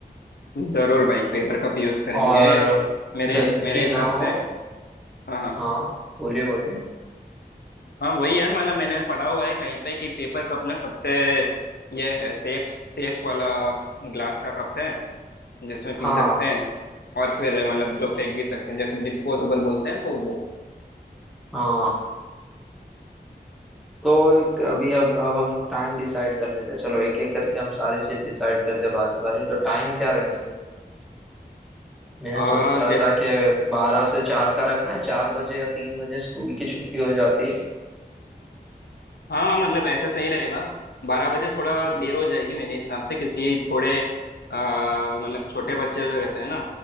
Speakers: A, on the left; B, in the centre.
A: जरूर भाई पेपर कप यूज करेंगे
B: और
A: मेरे
B: गंदगी
A: मेरे हिसाब
B: ना हो
A: से हाँ हाँ
B: हाँ बोलिए बोलिए
A: हाँ वही यार मतलब मैंने पढ़ा हुआ है कहीं पे कि पेपर कप ना सबसे ये है सेफ सेफ वाला ग्लास का कप है जिसमें पी
B: हाँ
A: सकते हैं और फिर मतलब जो फेंक भी सकते हैं जैसे डिस्पोजेबल बोलते हैं तो वो
B: हाँ तो एक अभी अब अब हम टाइम डिसाइड कर लेते हैं चलो एक एक करके हम सारी चीज डिसाइड करते हैं बारी बारी तो टाइम क्या रखेंगे मैं
A: आ,
B: सोच रहा
A: जैस
B: था कि बारह से चार का रखना है चार बजे या तीन बजे स्कूल की छुट्टी हो जाती है
A: हाँ मतलब ऐसा सही रहेगा बारह बजे थोड़ा देर हो जाएगी मेरे हिसाब से क्योंकि थोड़े आ, मतलब छोटे बच्चे जो रहते हैं ना